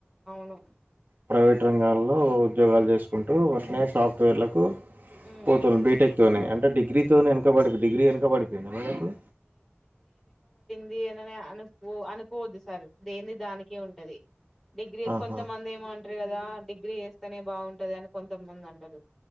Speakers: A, in the centre; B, on the right (about 45°).
A: ను
B: ప్రైవేట్ రంగాల్లో ఉద్యోగాలు చేసుకుంటూ వాటినే సాఫ్ట్వేర్లకు
A: ఉమ్
B: పోతరు బీటెక్తోనే అంటే డిగ్రీతోనేనుకబడి అంటే డిగ్రీ వెనుక పడిపోయింద మరి ఇప్పుడు
A: దిఅననే అనుకో అనుకోవద్దు సార్ దెంది దానికే ఉంటది డిగ్రీ ఏ
B: ఆహా
A: కొంత మంది ఏమో అంటారు కదా రా డి్ డిగ్రీ చేస్తేనే బాగుంటది అని కొంతమంది అంటారు